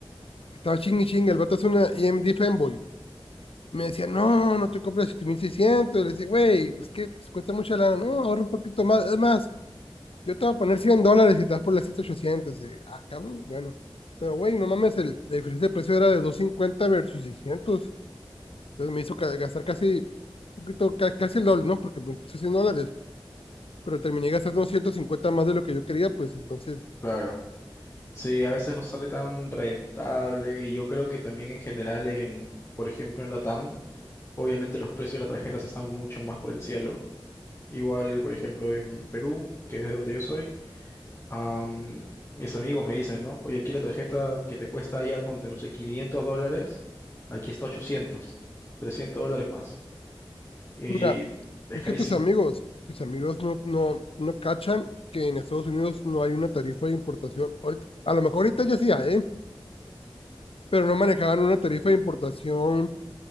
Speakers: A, on the left; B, on the left.
A: que estaba ching y ching, el vato es una EMD fanboy. Me decía, no, no te compras 7600. Y le decía, güey, es que pues, cuesta mucha lana. No, ahorra un poquito más. Es más, yo te voy a poner 100 dólares y te vas por la ochocientos Y, ah, cabrón, bueno. Pero, güey, no mames, el, la diferencia de precio era de 250 versus seiscientos Entonces me hizo ca- gastar casi, un poquito, ca- casi el doble, ¿no? Porque me puse 100 dólares, pero terminé gastando 150 más de lo que yo quería, pues entonces,
B: Claro. Sí, a veces no sale tan rentable y yo creo que también en general en, por ejemplo, en Latam, obviamente los precios de las tarjetas están mucho más por el cielo. Igual, por ejemplo, en Perú, que es de donde yo soy. Am, mis amigos me dicen, ¿no? Oye, aquí la tarjeta que te cuesta allá, ponte, no sé, 500 dólares, aquí está 800 300 dólares más. Y
A: mira,
B: es
A: Es
B: carísimo.
A: que tus amigos, tus amigos no, no, no cachan que en Estados Unidos no hay una tarifa de importación. Ahorita- a lo mejor ahorita ya sí hay, ¿eh? pero no manejaban una tarifa de importación